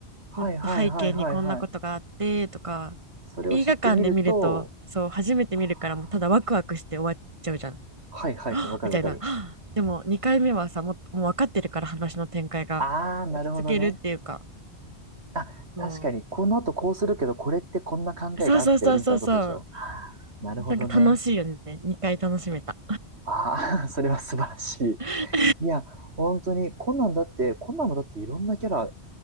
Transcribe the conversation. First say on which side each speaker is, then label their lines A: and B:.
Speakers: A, on the right; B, on the right.
A: はいはいはいはいはい。
B: もっと背景にこんなことがあってとか
A: それを知ってみると、
B: 映画館で見るとそう初めて見るからもうただワクワクして終わっちゃうじゃん
A: ああ、はいはいはい、
B: <gasps>
A: わかるわかる。
B: みたいな <gasps> でも2回目はさもうもう分かってるから話の展開が落ち着けるっていうか
A: ああ、なるほどね。あ、
B: そ
A: 確かに、この後こうするけど、これってこんな考えがあったよね、
B: うそうそうそうそうそう
A: みたいなことでしょはあなるほどね。
B: なんか楽しいよね2回楽しめた
A: ああ、<laughs> それは素晴らし
B: <laughs>
A: い。いや、本当に、コナンだって、コナンもだっていろんなキャラ